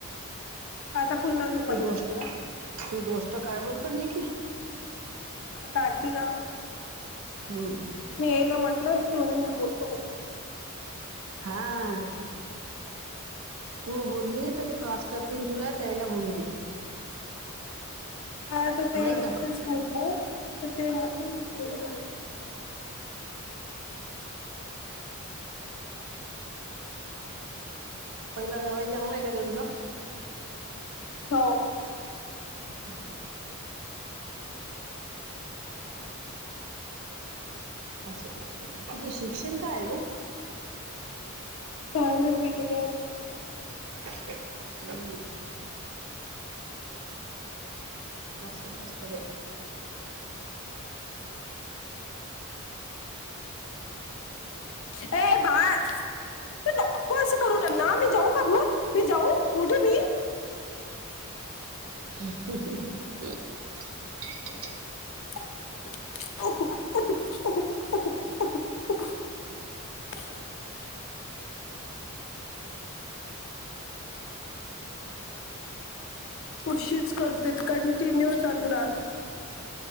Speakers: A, on the left (about 60°); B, on the right (about 65°).
A: का आता पुन्हा झोप
B: ती
A: आली
B: गोष्ट
A: म्हणत्या
B: ती गोष्ट काढायला पण नाही की
A: हा काढती ना
B: हो
A: मी येईल म्हटलं, हे म्हणे, मी बोलतो म्हणे
B: हा तू बोलली, तर ते क्रॉस करतील. तुला त्यायला बोलू दे.
A: हा आता ते
B: नाही
A: नुकतेच
B: का
A: मग म त ते ममी बोलतेय.
B: पहिला जावय चागलंय का त्यांचं
A: हो.
B: अ हुं असंच असत हे, तुझं शिक्षण काय ये ग
A: काय नाय बी टेक आय
B: <unintelligible> असच असतं बाई
A: ये बाळ तू नको असं करू न न, ना मी जाऊ का भुर मी जाऊ उठु मी
B: <inaudible>
A: <unintelligible> <inaudible> अशीच करते. कंटिन्यू चालू राहत.